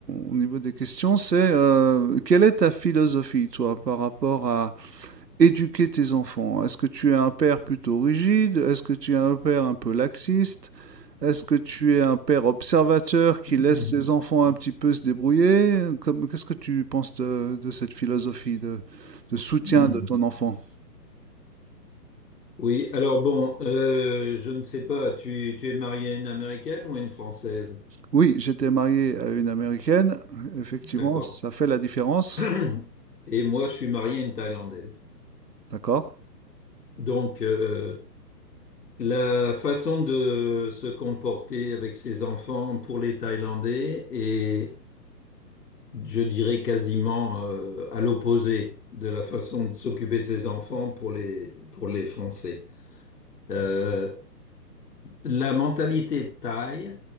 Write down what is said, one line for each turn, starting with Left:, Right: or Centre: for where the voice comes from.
Right: au niveau des questions, c'est euh, quelle est ta philosophie, toi, par rapport à, éduquer tes enfants Est-ce que tu es un père plutôt rigide Est-ce que tu es un père un peu laxiste Est-ce que tu es un père observateur qui
Left: mhm,
Right: laisse ses enfants un petit peu se débrouiller Comme- Qu'est-ce que tu penses de, de cette philosophie de, de soutien
Left: mhm.
Right: de ton enfant
Left: Oui, alors bon, euh, je ne sais pas, tu, tu es marié à une Américaine ou à une Française?
Right: Oui, j'étais marié à une Américaine. Effectivement,
Left: D'accord.
Right: ça fait la différence.
Left: <clears throat> Et moi, je suis marié à une Thaïlandaise.
Right: D'accord
Left: Donc, euh, la façon de se comporter avec ses enfants pour les Thaïlandais est je dirais quasiment euh, à l'opposé de la façon de s'occuper de ses enfants pour les, pour les Français. Euh, la mentalité thaï